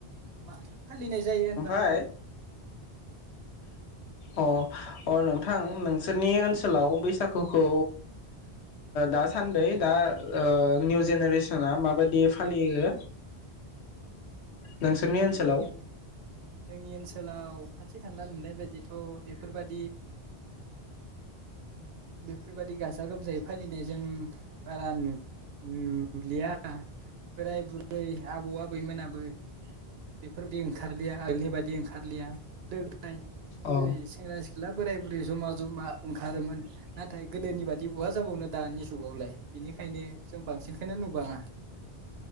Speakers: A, on the right; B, on the left.
A: म फालिनाय जायो होनबा
B: ओय अ अ नोंथां बिसोरनि ओनसोलाव बैसागुखौ दासान्दै दा निउ जेनेरेसना माबायदि फालियो नोंसोरनि
A: जोंनि
B: ओनसोलाव
A: युन जोंनि ओनसोलाव खाथि खाला नुनाय बायदिथ' बेफोरबायदि बेफोरबायदि गाजा गोमजायै फालिनायजों बारा नु-नुलिया बोराय बुरै आबौ आबैमोनाबो बेफोरबायदि ओंखारलिया आगोलनि बायदि ओंखारलिया फ्राय
B: औ
A: जेरै सेंग्रा सिख्ला सिखला बोराय बुरै जमा जमा ओंखारोमोन नाथाय गोदोनि बादि बहा जाबावनो दानि जुगावलाय बेनिखायनो जों बांसिनखौनो नुबांङा।